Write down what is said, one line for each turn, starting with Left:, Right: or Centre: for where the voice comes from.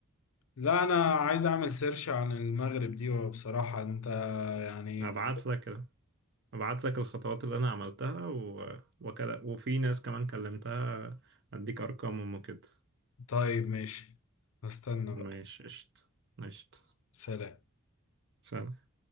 Left: لا انا عايز اعمل سيرش عن المغرب دي وبصراحة انت يعني
Right: هبعت لك هبعت لك الخطوات اللي انا عملتها و... وكلا... وفي ناس كمان كلمتها اديك ارقامهم وكده
Left: طيب ماشي استنى
Right: ماشي
Left: بقى
Right: قشطة قشطة
Left: سلام
Right: سلام